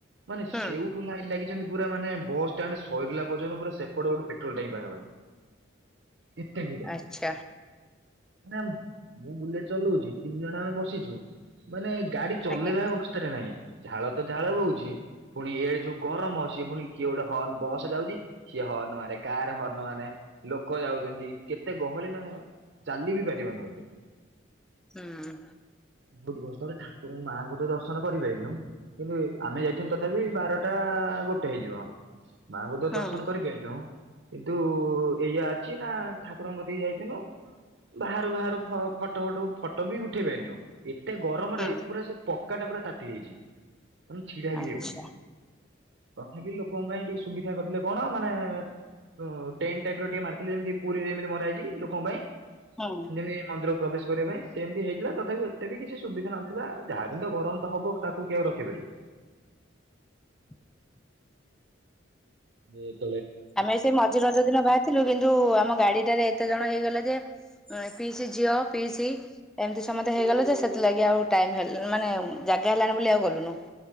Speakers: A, on the right (about 60°); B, in the centre.
A: ମାନେ
B: ହୁଁ
A: ସେଉଠୁ ଲାଇନ୍ ଲାଗିଚନ୍ତି। ପୁରା ମାନେ ବସ୍ ଟାଣ୍ଡ୍ ସରିଲା ପର୍ଯ୍ୟନ୍ତ ପୁରା ସେପଟେ ଗୋଟେ ପେଟ୍ରୋଲ୍ ଟାଙ୍କ ପାଖାପାଖି। ଏତେ ଭିଡ
B: ଆଚ୍ଛା।
A: ମାନେ ମୁଁ ବୁଲେଟ୍ ଚଲଉଚି ତିନି ଜଣ ଆମେ ବସିଚୁ ମାନେ ଗାଡ଼ି ଚଲେଇବା
B: ଆଜ୍ଞା
A: ଏ ଅବସ୍ଥାରେ ନାହିଁ। ଝାଳ ତ ଝାଳ ବୋହୁଚି ପୁଣି ଏ ଯୋଉ ଗରମ ସିଏ ଫୁଣି କିଏ ଗୋଟେ ହନ୍ ବସ୍ ଯାଉଚି କିଏ ହ ହନ୍ ମାରେ କାର୍ ହର୍ଣ୍ଣ ମାନେ ଲୋକ ଯାଉଚନ୍ତି କେତେ ଗହଳି ମାନେ ଚାଲି ବି ପାରିବନି ଏଉଟେ।
B: ହୁଁ।
A: ବୋହୁତ ଗସ୍ତରେ ଠାକୁରଉଁ ମାଙ୍କୁ ତ ଦର୍ଶନ କରିପାଇନୋଉ କିନ୍ତୁ ଆମେ ଯାଇଥିନୁ ତଥାପି ବାରଟା ଆ ଗୋଟେ ହେଇଯିବ ମାଙ୍କୁ ତ
B: ହୁଁ
A: ଦର୍ଶନ କରିପାଇଲୁନୋଉ କିନ୍ତୁ ଏଇଯା ଅଛି ନାଁ ଠାକୁରଙ୍କ କତିକି ଯାଇଥିନୁ। ବାହାରୁ ବାହାରୁ ଫ ଫଟ ଫଟ ଉ ଫଟ ବି ଉଠେଇ ପାଇଲୁନୋଉ ଏତେ ଗରମରେ
B: ହୁଁ
A: ପୁରା ସେ ପ କାଟା ପୁରା ତାତି ଯାଇଚି ମାନେ ଛିଡ଼ା
B: ଆଚ୍ଛା
A: ବି ହେଇ ହୋଉନି। ତଥାପି ଲୋକଙ୍କ ପାଇଁ ଟିକେ ସୁବିଧା କରିଥିଲେ କଣ ମାନେ ର ଟେନ୍ ଟାଇପ୍ ର ଟିକେ ମାରିଥିଲେ ଯେମିତି ପୁରୀରେ ଯେମିତି ମରା ହେଇଚି ଲୋକଙ୍କ ପାଇଁ
B: ହୁଁ।
A: ଯେମିତି ମନ୍ଦିର ପ୍ରବେଶ କରିବା ପାଇଁ ସେମତି ହେଇଥିଲା ତଥାପି ଏତେ ବି କିଛି ସୁବିଧା ନଥିଲା ଯାହା ବି ହେନେ ତ ଗରମ ତ ହବ ତାକୁ କି ଆଉ ରଖିପାରିବ?
B: <inaudible>
A: ବେଶ
B: ଆମେ ସେ ମଝି ରଜ ଦିନ ବାହାରିଥିଲୁ କିନ୍ତୁ ଆମ ଗାଡ଼ିଟାରେ ଏ ତେ ଜଣ ହେଇଗଲେ ଯେ ଏଁ ପିଇସି ଝିଅ ପିଇସି ଏମତି ସମତେ ହେଇଗଲେ ଯେ ସେଥିଲାଗି ଆଉ ଟାଇମ୍ ହେଲ୍ ମାନେ ଜାଗା ହେଲାନି ବୋଲି ଆଉ ଗଲୁନୁ।